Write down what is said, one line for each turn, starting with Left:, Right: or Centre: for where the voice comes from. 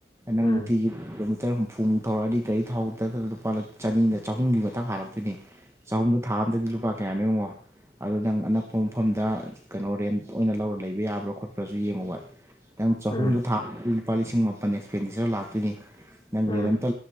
Right: ꯅꯪ
Left: ꯎꯝ
Right: ꯅꯨꯡꯇꯤꯒꯤ ꯀꯤꯂꯣꯃꯤꯇꯔ ꯍꯨꯝꯐꯨꯃꯨꯛ ꯊꯧꯔꯛꯑꯗꯤ ꯒꯥꯔꯤ ꯊꯧꯗꯗ ꯂꯨꯄꯥ ꯆꯅꯤꯅ ꯆꯍꯨꯝꯒꯤ ꯃꯊꯛ ꯍꯥꯜꯂꯛꯇꯣꯏꯅꯦ ꯆꯍꯨꯝꯗꯣ ꯊꯥ ꯑꯝꯗꯗꯤ ꯂꯨꯄꯥ ꯀꯌꯥꯅꯣ ꯌꯦꯡꯉꯣ ꯑꯗꯨ ꯅꯪ ꯑꯅꯛꯄ ꯃꯐꯝꯗ ꯀꯩꯅꯣ ꯔꯦꯟ ꯑꯣꯏꯅ ꯂꯧꯔ ꯂꯩꯕ ꯌꯥꯕ꯭ꯔꯥ ꯈꯣꯠꯄ꯭ꯔꯥꯖꯨ ꯌꯦꯡꯉꯣꯕ ꯅꯪ ꯆꯍꯨꯝꯗꯣ
Left: ꯎꯝ
Right: ꯊꯥ ꯂꯨꯄꯥ ꯂꯤꯁꯤꯡ ꯃꯥꯄꯟ ꯑꯦꯛꯁꯄꯦꯟꯗꯤꯆꯔ ꯂꯥꯛꯇꯣꯏꯅꯤ ꯅꯪ
Left: ꯎꯝ
Right: ꯔꯦꯟ ꯑꯃꯝꯇ